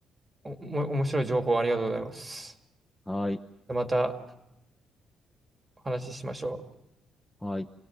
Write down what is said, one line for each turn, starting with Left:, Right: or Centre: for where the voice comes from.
Right: お、おも面白い情報ありがとうございます。
Centre: はい。
Right: またお話ししましょう。
Centre: はい。